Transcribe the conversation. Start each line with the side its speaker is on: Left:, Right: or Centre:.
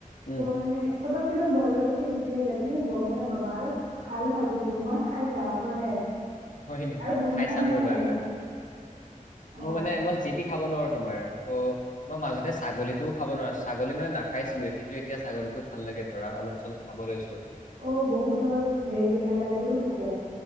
Left: উম।
Right: <inaudible> পতককে তো গললৈকে গুচিয়ে যায়, তুমি গমেই নাপাবা। আৰু ভাল হয় কিন্তু, মই খাই যা পোৱা নাই।
Left: হয় নেকি,
Right: আৰু গোন্ধ
Left: খাই চাম
Right: নাই
Left: ৰবা
Right: মানে
Left: এবাৰ।
Right: অ
Left: মোৰ মানে মই যি তি খাব নোৱাৰো তোমাৰ। ত' মই মাজতে ছাগলীটোও খাব নোৱাৰচো, ছাগলী মানে নাখাইছিলোৱে কিন্তু এতিয়া ছাগলীটো ভাল লাগে ধৰা অলপ চলপ খাব লৈছো।
Right: অ', বহুতৰ হেৰি এলাৰ্জিও থাকে।